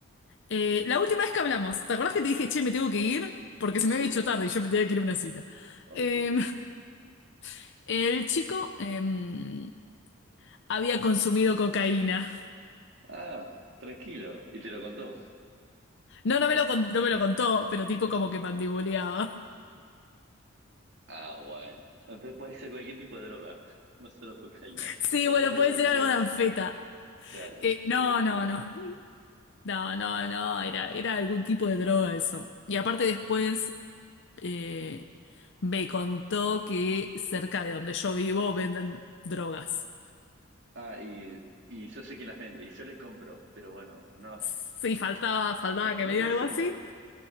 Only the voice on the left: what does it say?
Eh, la última vez que hablamos, ¿te acordás que te dije, che, me tengo que ir? Porque se
me había hecho tarde y yo me tenía que ir a una cita.
Eh, <laughs> el chico eh, había consumido cocaína.
No, no me lo, con- no me lo contó, pero tipo como que mandibuleaba. <laughs>
Sí,
bueno,
puede
ser
algo
de anfeta.
Eh, no,
no, no. No, no, no, era, era algún tipo de droga eso. Y aparte después eh, me contó que cerca de donde yo vivo venden drogas.
Sí, faltaba, faltaba que
me diga
algo así.